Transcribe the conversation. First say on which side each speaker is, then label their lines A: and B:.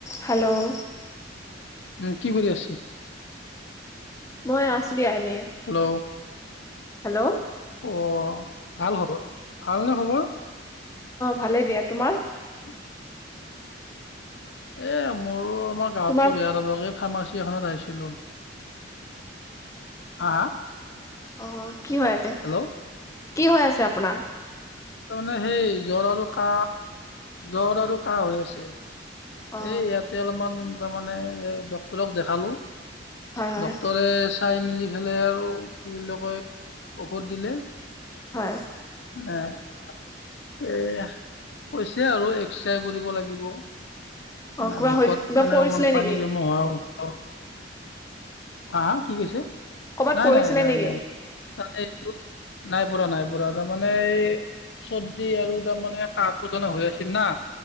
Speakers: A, on the left; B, on the left.
A: Hello
B: উম কি কৰি আছে?
A: মই আছ দিয়া এনে।
B: হেল্ল'।
A: হেল্ল'।
B: অ' ভাল খবৰ। ভালনে খবৰ?
A: ভালেই দিয়া, তোমাৰ?
B: <inaudible> এ মোৰো অলমান গাতো
A: তোমাৰ
B: বেয়া, ৰ'ব ফাৰ্মাচী এখনত আহিছিলো। হা হা?
A: অ' কি হৈ আছে?
B: হেল্ল'
A: কি হৈ আছে আপোনাৰ?
B: তাৰ মানে সেই জ্বৰ আৰু কাহ, জ্বৰ আৰু কাহ হৈ আছে।
A: অ
B: এ ইয়াতে অলপমান তাৰমানে, এ ডক্তৰক দেখালো।
A: হয় হয়
B: ডক্তৰে চাই মেলি পেলাই আৰু, কি বুলি কয় ঔষধ দিলে।
A: হয়
B: <unintelligible> এ কৈছে আৰু এক্সৰে কৰিব লাগিব।
A: অ
B: মানে
A: কিবা
B: ভোকত,
A: হৈ কিবা
B: তাৰমানে
A: পৰিছিলে
B: অকমান পানী
A: নেকি
B: জমা হোৱা <unintelligible> হা হা কি কৈছে?
A: কৰ'বাত
B: নাই
A: পৰিছিলে
B: নাই, নাই
A: নেকি
B: নাই। তাত এটো নাই পুৰা নাই পুৰা। তাৰমানে এই। চৰ্দি আৰু তাৰমানে কাহটো টানে হৈ আছিল না!